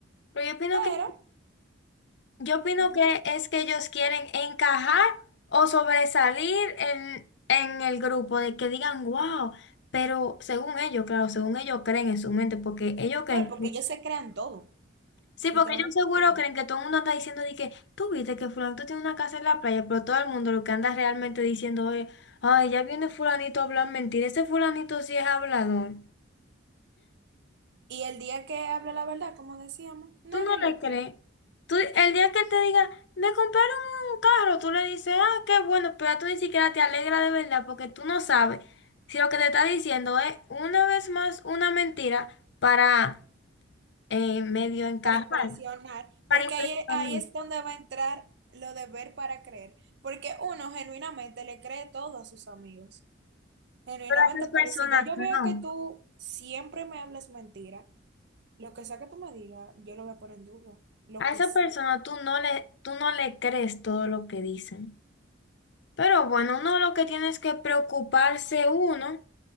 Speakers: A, on the left; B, on the right.
A: Pero yo opino
B: pero,
A: que, yo opino
B: ujú,
A: que es que ellos quieren encajar o sobresalir en, en el grupo, de que digan, wow, pero según ellos, claro, según ellos creen en su mente, porque ellos creen
B: claro, porque
A: que...
B: ellos se crean todo,
A: Sí,
B: literalmente
A: porque ellos seguro
B: todo.
A: creen que todo el mundo anda diciendo de que tú viste que fulanito tiene una casa en la playa, pero todo el mundo lo que anda realmente diciendo es, ay, ya viene fulanito a hablar mentira, ese fulanito sí es hablador.
B: Y el día que habla la verdad, como decíamos, nadie
A: Tú no
B: le
A: le crees.
B: cree.
A: Tú, el día que él te diga, me compraron un carro, tú le dices, ah, qué bueno, pero tú ni siquiera te alegra de verdad porque tú no sabes si lo que te está diciendo es una vez más una mentira para eh, medio encajar,
B: para impresionar,
A: para
B: porque
A: impresionar.
B: ahí, es- ahí es donde va a entrar lo de ver para creer, porque uno genuinamente le cree todo a sus amigos, genuinamente,
A: Pero a esas personas
B: pero si ya yo veo
A: no.
B: que tú siempre me hablas mentira, lo que sea que tú me digas, yo lo voy a poner en duda, lo
A: A
B: que
A: esa
B: sea.
A: persona tú no le, tú no le crees todo lo que dicen. Pero bueno, uno lo que tiene es que preocuparse uno